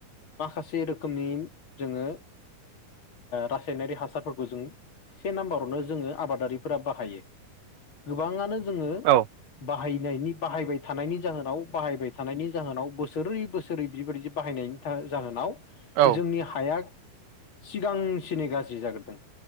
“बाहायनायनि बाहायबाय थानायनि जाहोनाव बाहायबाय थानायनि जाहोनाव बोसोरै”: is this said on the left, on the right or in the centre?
Left